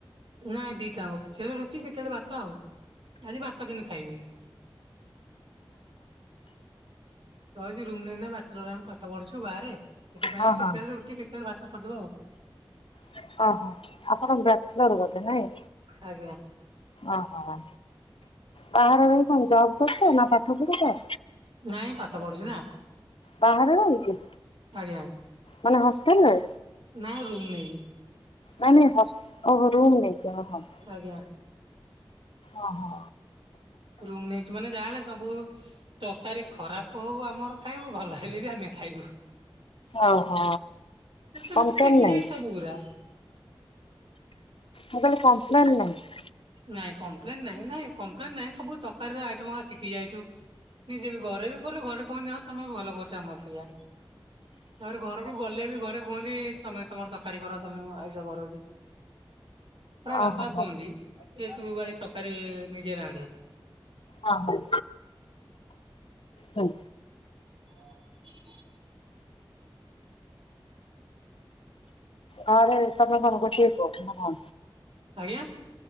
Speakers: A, on the right; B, on the left.
A: ନାଇଁ ଦିଟାଜାଙ୍କ କେତେବେଳେ ରୁଟି କେତେବେଳେ ଭାତ ଆଉ ଆଜି ଭାତ କିନ୍ତୁ ଖାଇବି। <inaudible> ରୁମ ନେଇ କିନା ପାଠ ପଢୁଛୁ ବାହାରେ ସେଥିପାଇଁ
B: ହଁ
A: କେତେବେଳେ
B: ହଁ।
A: ରୁଟି କେତେବେଳେ ଭାତ କରିଦେଉ ଆଉ।
B: ଅ ହ ଆପଣ ବ୍ୟାଚଲର ବୋଧେ ନାଇଁ।
A: ଆଜ୍ଞା
B: ଓହୋ ବାହାରେ ରହି କଣ ଜବ କରୁଛ ନା ପାଠ ପଢୁଛ?
A: ନାଇଁ ପାଠ ପଢୁଛି ନା।
B: ବାହାରେ ରହିକି
A: ଆଜ୍ଞା
B: ମାନେ ହଷ୍ଟେଲରେ।
A: ନାଇଁ ରୁମ୍ ନେଇକି।
B: ନାଇଁ ନାଇଁ ହସ ଓହୋ ରୁମ୍ ନେଇକି ଓହୋ।
A: ଆଜ୍ଞା।
B: ଓ ହୋ।
A: ରୁମ ନେଇଛି ମାନେ ଯାହାଲେ ସବୁ ତରକାରୀ ଖରାପ ହଉ ଆମର ଖାଇବୁ ଭଲ ହେଲେ ବି ଆମେ ଖାଇବୁ।
B: ଓହୋ
A: କିନ୍ତୁ
B: କମ୍ପ୍ଲେନ୍
A: ମୁଁ ଶିଖି
B: ନାହିଁ
A: ଯାଇଚି ସବୁ ଗୁରା।
B: ମୁଁ କହିଲି କମ୍ପ୍ଲେନ୍ ନାହିଁ।
A: ନାଇଁ କମ୍ପ୍ଲେନ ନାହିଁ ନାଇଁ, କମ୍ପ୍ଲେନ ନାଇଁ ସବୁ ତରକାରୀର ଆଇଟମ ଗୁରା ଶିଖି ଯାଇଛୁ। ନିଜେ ବି ଘରେ ବି କରେ, ଘରେ କହନ୍ତି ହଁ ତମେ ଭଲ କରୁଛ ଆମ ଅପେକ୍ଷା। ତାପରେ ଘରକୁ ଗଲେ ବି ଘରେ କୁହନ୍ତି ତମେ ତମର ତରକାରୀ କର ତମେ ଆଇଁଷ କର ଯଦି। ପ୍ରାୟ ବାପା
B: ଓହୋ
A: କୁହନ୍ତି, କେ ତୁ ଭାଇ ତକାରୀ ନିଜେ ରାନ୍ଧେ।
B: ହଁ ହଁ। ହୁଁ।
A: ହଁ।
B: ହଁରେ ତମେ କଣ ଗୋଟିଏ ପୁଅ? କଣ?
A: ଆଜ୍ଞା।